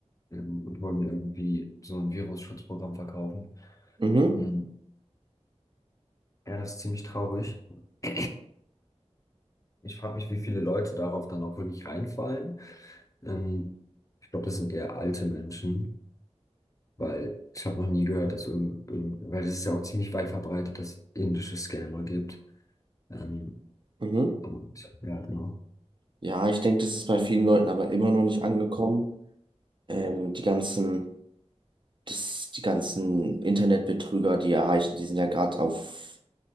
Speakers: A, on the left; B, on the right.
A: ähm, und wollen mir irgendwie so ein Virusschutzprogramm verkaufen.
B: Mhm,
A: Mhm. Ja, das ist ziemlich traurig. <clears throat> Ich frage mich, wie viele Leute darauf dann auch wirklich reinfallen. Ähm, ich glaube, das sind eher alte Menschen Weil ich habe noch nie gehört, dass irgend, irgend, weil es ist ja auch ziemlich weit verbreitet, dass es indische Scammer gibt. Ähm,
B: mhm.
A: und ja, genau.
B: Ja, ich denke, das ist bei vielen Leuten aber immer noch nicht angekommen. Ähm, die ganzen das, die ganzen Internetbetrüger, die erreichen, die sind ja gerade auf,